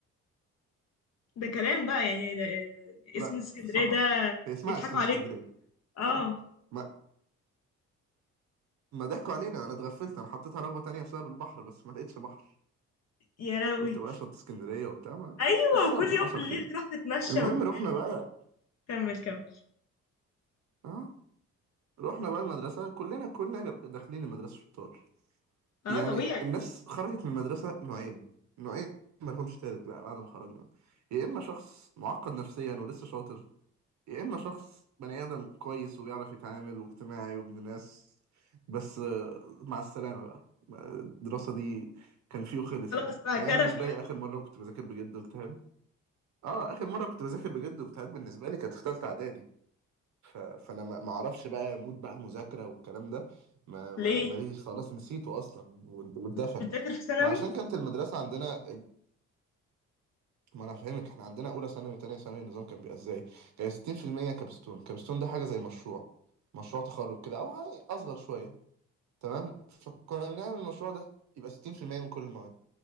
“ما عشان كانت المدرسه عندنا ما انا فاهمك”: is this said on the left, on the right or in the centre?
Right